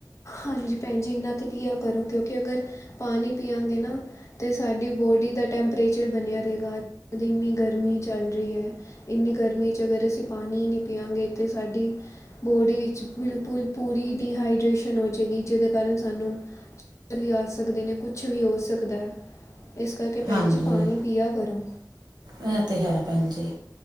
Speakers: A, on the left; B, on the right.
A: ਹਾਂਜੀ ਭੈਣ ਜੀ, ਇੰਨਾਂ ਤਾਂ ਪੀਆ ਕਰੋ, ਕਿਉਂਕਿ ਅਗਰ ਪਾਣੀ ਪੀਆਗੇ ਨਾ ਤੇ ਸਾਡੀ ਬੋਡੀ ਦਾ ਟੈਂਪਰੇਚਰ ਬਣਿਆ ਰਹੇਗਾ, ਇੰਨੀ ਗਰਮੀ ਚੱਲ ਰਹੀ ਹੈ। ਇੰਨੀ ਗਰਮੀ ਚ' ਅਗਰ ਅਸੀਂ ਪਾਣੀ ਨਹੀਂ ਪੀਆਗੇ। ਤੇ ਸਾਡੀ ਬੋਡੀ 'ਚ ਬਿਲਕੁਲ ਪੂਰੀ ਡੀਹਾਈਡਰੇੇਸ਼ਨ ਹੋ ਜਾਵੇਗੀ, ਜਿਹਦੇ ਕਾਰਨ ਸਾਨੂੰ ਵੀ ਆ ਸਕਦੇ ਨੇ ਕੁੱਛ ਵੀ ਹੋ ਸਕਦਾ। ਇਸ ਕਰਕੇ ਭੈਣ
B: ਹਾਂਜੀ
A: ਜੀ ਪਾਣੀ ਪੀਆ ਕਰੋ।
B: ਇਹ ਤੇ ਹੈ, ਭੈਣ ਜੀ।